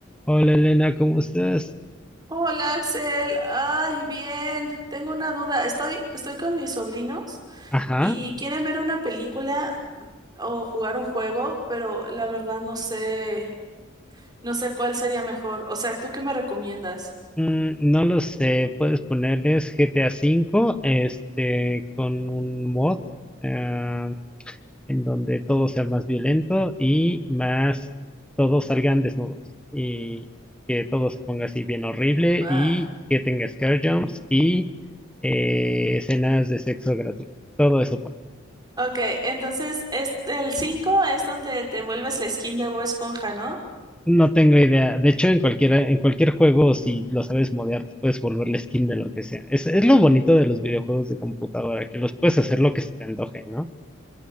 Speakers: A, in the centre; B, on the right.
A: Hola Elena, ¿cómo estás?
B: Hola Axel, ay, bien, tengo una duda. Estoy, estoy con mis sobrinos
A: Ajá,
B: y quieren ver una película o jugar un juego, pero la verdad no sé, no sé cuál sería mejor. O sea, ¿tú qué me recomiendas?
A: mm, no lo sé, puedes ponerles GTA V, este, con un mod ah, en donde todo sea más violento y más todos salgan desnudos y que todo se ponga así bien horrible
B: Ah.
A: y que tenga scare jumps y eh, escenas de sexo gratuito. Todo eso.
B: Ok, entonces es, el 5 es donde te vuelves la skin de Bob Esponja, ¿no?
A: No tengo idea. De hecho, en cualquiera, en cualquier juego, si lo sabes modear, te puedes volver la skin de lo que sea. Es, es lo bonito de los videojuegos de computadora, que los puedes hacer lo que se te antoje, ¿no?